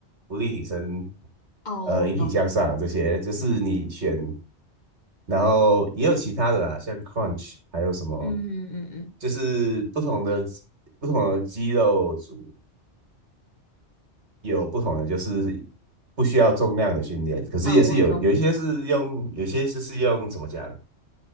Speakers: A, on the right; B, on the left.
A: 浮力挺身
B: 哦，
A: 呃引体向上这些，
B: 我懂，
A: 就是你选，然后也有其他的啦，像 crunch 还有什么，
B: 嗯嗯嗯嗯
A: 就是不同的不同的肌肉组有不同的，就是不需要重量的训练，可是也是有有一些是用，
B: 嗯，我懂你的
A: 有些就是用怎么讲